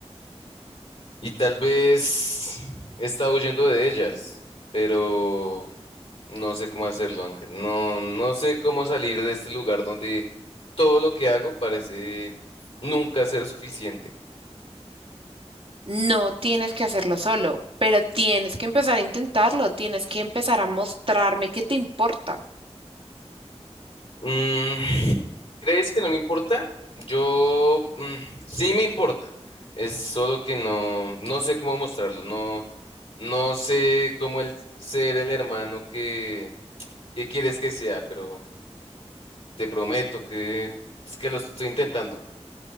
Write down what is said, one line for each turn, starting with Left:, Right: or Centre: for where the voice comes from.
Left: Y tal vez he estado huyendo de ellas, pero no sé cómo hacerlo, Ángel. No, no sé cómo salir de este lugar donde todo lo que hago parece nunca ser suficiente.
Right: No tienes que hacerlo solo, pero tienes que empezar a intentarlo. Tienes que empezar a mostrarme que te importa.
Left: Mm, ¿crees que no me importa? Yo mm, sí me importa. Es solo que no, no sé cómo mostrarlo. No, no sé cómo el ser el hermano que, que quieres que sea, pero te prometo que es que lo estoy intentando.